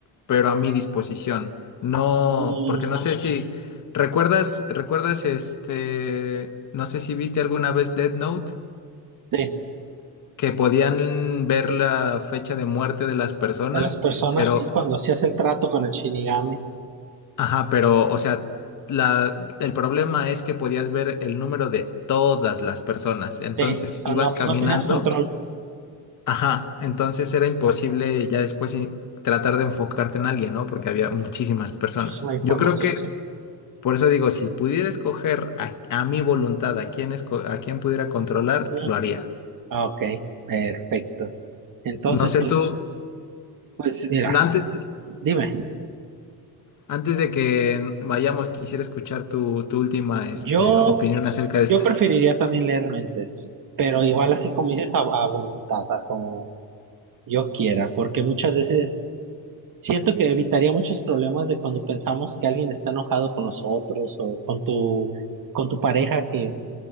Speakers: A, on the left; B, on the right.
A: pero a mi disposición. No,
B: Mm,
A: porque no sé si Mm, recuerdas, recuerdas este, no sé si viste alguna vez Death Note,
B: sí,
A: que podían ver la fecha de muerte de las personas,
B: de las personas,
A: ah, pero,
B: sí, cuando hacías el trato con el Shinigami.
A: ajá, pero, o sea, la, el problema es que podías ver el número de todas las personas. Entonces
B: Sí, o sea,
A: ibas
B: no,
A: caminando.
B: no tenías control.
A: Ajá, entonces era imposible ya después i- tratar de enfocarte en alguien, ¿no? Porque había muchísimas personas.
B: Muchísima información,
A: Yo creo que,
B: sí.
A: por eso digo, si pudiera escoger a, a mi voluntad a quién esco- a quién pudiera controlar,
B: Mm,
A: lo haría.
B: Ok, perfecto. Entonces,
A: No sé
B: pues,
A: tú,
B: pues mira,
A: antes,
B: dime,
A: antes de que vayamos, quisiera escuchar tu, tu última, este,
B: yo,
A: opinión acerca de esta.
B: yo preferiría también leer mentes, pero igual así como dices, a, a voluntad, a como yo quiera, porque muchas veces... Siento que evitaría muchos problemas de cuando pensamos que alguien está enojado con nosotros o con tu, con tu pareja que